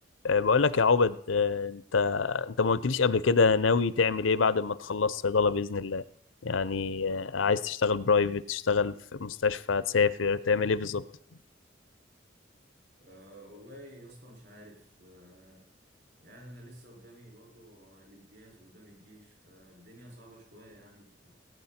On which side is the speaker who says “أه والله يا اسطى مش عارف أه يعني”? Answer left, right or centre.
Right